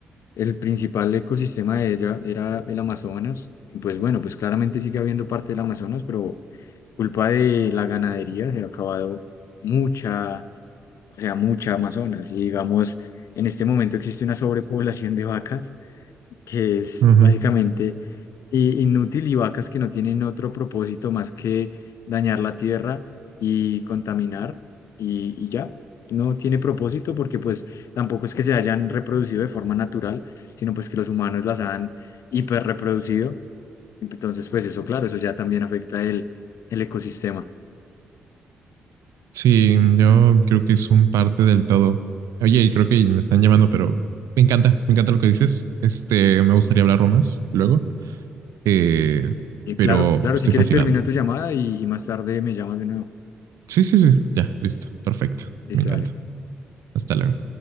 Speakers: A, on the left (about 65°); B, on the right (about 70°).
A: el principal ecosistema de ella era el Amazonas. Y pues bueno, pues claramente sigue habiendo parte del Amazonas, pero culpa de la ganadería se ha acabado mucha, o sea, mucha Amazonas. Y digamos, en este momento existe una sobrepoblación de vacas que es
B: Ujú.
A: básicamente i- inútil y vacas que no tienen otro propósito más que dañar la tierra y contaminar y, y ya. No tiene propósito porque pues tampoco es que se hayan reproducido de forma natural, sino pues que los humanos las han hiperreproducido. Entonces pues eso, claro, eso ya también afecta el, el ecosistema.
B: Sí, yo creo que es un parte del todo. Oye, y creo que me están llamando, pero me encanta, me encanta lo que dices. Este, me gustaría hablarlo más luego, eh,
A: Y claro,
B: pero
A: claro,
B: estoy
A: si quieres
B: fascinado.
A: termina tu llamada y, y más tarde me llamas de nuevo.
B: Sí, sí, sí, ya, listo, perfecto,
A: Listo,
B: me encanta.
A: dale.
B: Hasta luego.